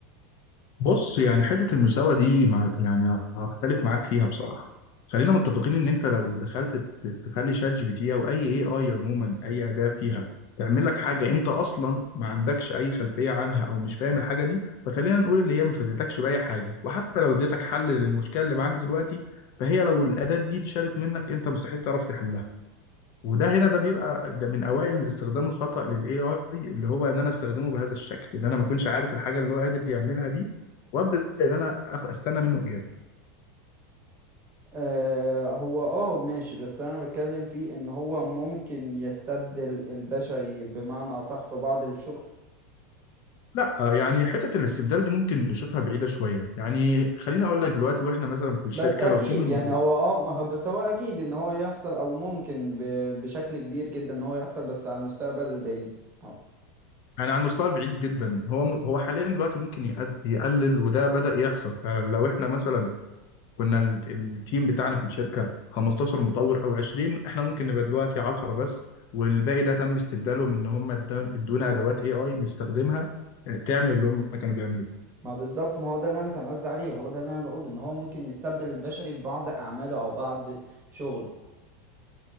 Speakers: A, on the left; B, on the right.
A: بص يعني حتة المساواة دي مع يعني هختلف معاك فيها بصراحة خلينا
B: له
A: متفقين ان انت لو دخلت ت- تخلي شات جي بي تي او اي اي اي عموما اي اداة فيها تعمل لك حاجة انت اصلا ما عندكش اي خلفية عنها او مش فاهم الحاجة دي فخلينا نقول اللي هي ما فادتكش بأي حاجة وحتى لو اديتك حل للمشكلة اللي معاك دلوقتي فهي لو الاداة دي اتشالت منك انت مستحيل تعرف تحلها وده هنا ده بيبقى ده من اوائل الاستخدام الخطأ للاي اي اللي هو ان انا استخدمه بهذا الشكل ان انا ما اكونش عارف الحاجه اللي هو قادر يعملها دي وابدا ان انا أخ- استنى منه اجابه
B: آه هو اه ماشي بس انا بتكلم فيه ان هو ممكن يستبدل البشري بمعنى اصح في بعض الشغل
A: لا آه، يعني حته الاستبدال دي ممكن نشوفها بعيده شويه يعني خليني اقول لك دلوقتي واحنا مثلا في الشركه
B: بس اكيد
A: لو تيم المطور
B: يعني هو اه ما هو- بس هو اكيد ان هو يحصل او ممكن ب- بشكل كبير جدا ان هو يحصل بس على المستقبل البعيد اه
A: يعني على المستوى البعيد جدا هو م- هو حاليا دلوقتي ممكن يقد- يقلل وده بدا يحصل فعلا لو احنا مثلا كنا ال- التيم بتاعنا في الشركه 15 مطور او 20 احنا ممكن نبقى دلوقتي 10 بس والباقي ده تم استبداله من ان هم ادون- ادونا ادوات اي اي نستخدمها آه، تعمل اللي هم كانوا بيعملوه
B: ما بالظبط ما هو ده اللي انا كان قصدي عليه هو ده اللي انا بقوله ان هو ممكن يستبدل البشري ببعض اعماله او بعض شغله